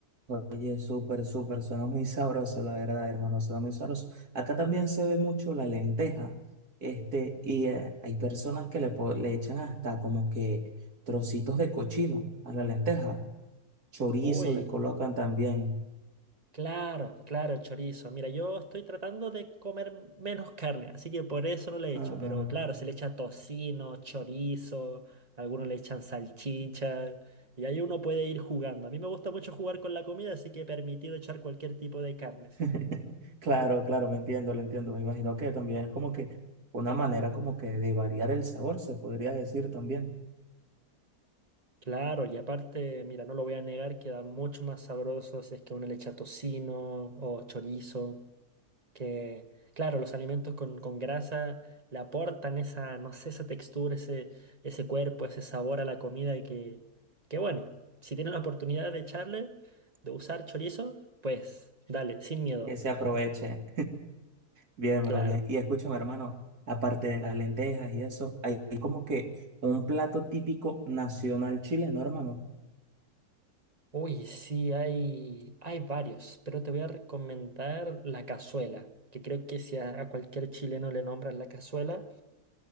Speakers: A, on the right (about 75°); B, on the right (about 25°).
A: Oye, súper, súper, suena muy sabroso, la verdad, hermano, suena muy sabroso. Acá también se ve mucho la lenteja, este, y eh, hay personas que le, po- le echan hasta como que trocitos de cochino a la lenteja, chorizo
B: Uy.
A: le colocan también.
B: Claro, claro, el chorizo. Mira, yo estoy tratando de comer menos carne, así que por eso no le
A: Ah,
B: echo. Pero
A: ah.
B: claro, se le echa tocino, chorizo, algunos le echan salchicha. Y ahí uno puede ir jugando. A mí me gusta mucho jugar con la comida, así que he permitido echar cualquier tipo de carnes.
A: <laughs> Claro, claro, me entiendo, lo entiendo, me imagino que también es como que una manera como que de variar el sabor, se podría decir también,
B: Claro, y aparte, mira, no lo voy a negar, queda mucho más sabroso si es que uno le echa tocino o chorizo. que, claro, los alimentos con, con grasa le aportan esa, no sé, esa textura, ese, ese cuerpo, ese sabor a la comida y que, que bueno, si tienen la oportunidad de echarle, de usar chorizo, pues dale, sin miedo,
A: que se aproveche. Bien,
B: claro.
A: bro, bien. Y escúchame, hermano, aparte de las lentejas y eso, hay hay como que un plato típico nacional chileno, hermano.
B: Uy, sí, hay, hay varios, pero te voy a recomendar la cazuela, que creo que si a, a cualquier chileno le nombran la cazuela,